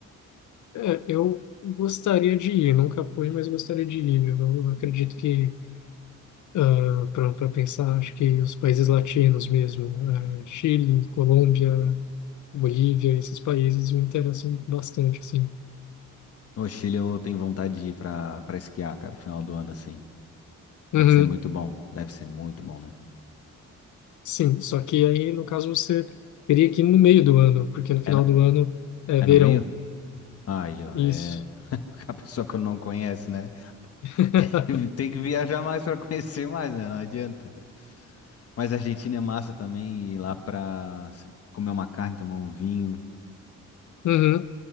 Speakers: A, on the left (about 70°); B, on the left (about 50°).
A: é, eu gostaria de ir, nunca fui, mas gostaria de ir. Eu acredito que ah, para para pensar, acho que os países latinos mesmo, ah, Chile, Colômbia, Bolívia, esses países me interessam bastante, assim.
B: No Chile eu tenho vontade de ir pra, pra esquiar, cara, final do ano assim.
A: Uhum,
B: Deve ser muito bom. Deve ser muito bom, né?
A: sim, só que aí, no caso, você teria que ir no meio do ano, porque no final
B: É no,
A: do ano é
B: é
A: verão.
B: no meio? Aí, ó,
A: Isso.
B: é <laughs> a pessoa que não conhece, né?
A: <laughs>
B: <laughs> Tem que viajar mais pra conhecer mais, né? Não adianta. Mas a Argentina é massa também, ir lá pra comer uma carne, tomar um vinho.
A: Uhum,